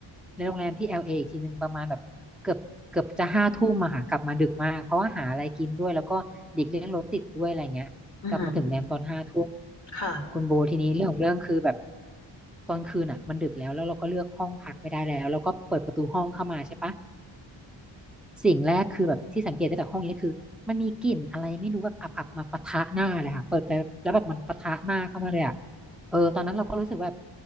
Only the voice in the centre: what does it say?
ในโรงแรมที่แอลเ a อีกทีหนึ่งประมาณแบบเกือบเกือบจะห้าทุ่มอะค่ะกลับมาดึกมากเพราะว่าหาอะไรกินด้วยแล้วก็เด็กเลี้ยงรถติดด้วยอะไรเงี้ยกลับมาถึงแนมตอนห้าทุ่ม
คุณโบทีนี้เรื่องของเรื่องคือแบบตอนคืนอ่ะมันดึกแล้วแล้วเราก็เลือกห้องพักไม่ได้แล้วแล้วก็เปิดประตูห้องเข้ามาใช่ปะ สิ่งแรกคือแบบที่สังเกตได้จากห้องนี้คือมันมีกลิ่นอะไรไม่รู้แบบอับๆมาปะทะหน้าเลยค่ะเปิดไปแล้วแบบมันปะทะหน้าเข้ามาเลยอ่ะเออตอนนั้นเราก็รู้สึกแบบ